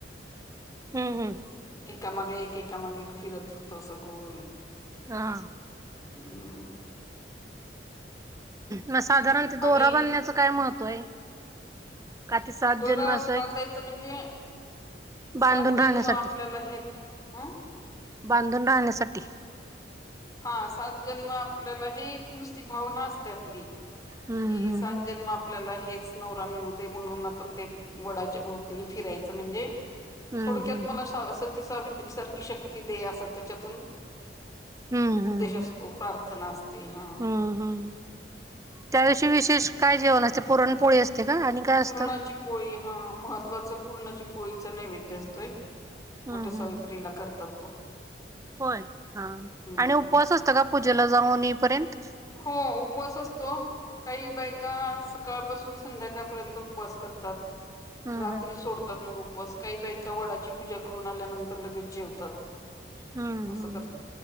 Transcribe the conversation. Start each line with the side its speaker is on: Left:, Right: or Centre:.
Right: हम्म हम्म
Left: एकामागे एक एकामागे एक फिरत होत असं गोल
Right: हा
Left: हम
Right: मग साधारण ते
Left: आणि
Right: दोरा बनण्याचं काय महत्त्व आहे का ते सात
Left: दोरा
Right: जन्म असं
Left: बांधायचं
Right: एक
Left: म्हणजे
Right: बांधून
Left: सात जन्म
Right: राहण्यासाठी
Left: आपल्याला हे आं
Right: बांधून राहण्यासाठी
Left: हा सात जन्म आपल्याला हे एक नुसती भावना असते आपली
Right: हम्म
Left: कि
Right: हम्म
Left: सात
Right: हम्म.
Left: जन्म आपल्याला हे नवरा मिळू दे म्हणून आपण ते वडाच्या भोवतीनी फिरायचं म्हणजे
Right: हम्म
Left: थोडक्यात
Right: हम्म
Left: मला सा सती सावित्री सारखी शक्ती दे असं त्याच्यातून
Right: हम्म हम्म
Left: उद्देश असतो
Right: हम्म
Left: प्राार्थना असते हा
Right: हम्म हम्म त्या दिवशी विशेष काय जेवण असते पुरणपोळी असते का आणि काय असतं
Left: पुूर्णाची पोळी हा महत्त्वाच पूर्णाची पोळीचा नैवेद्य असतोय
Right: हम्म
Left: मोठ्या सावित्रीला
Right: हम्म
Left: करतात तो
Right: होय हा
Left: हम्म
Right: आणि उपवास असत का पूजेला जाऊन येई पर्यंत
Left: हो उपवास असतो काही बायका सकाळपासून संध्याकाळपर्यंत उपवास करतात
Right: हम्म
Left: रात्री
Right: हम्म
Left: सोडतात मग उपवासकाई बायका वडाची पूजा करून आल्यानंतर लगेच जेवतात
Right: हम्म
Left: असं
Right: हम्म्
Left: करतात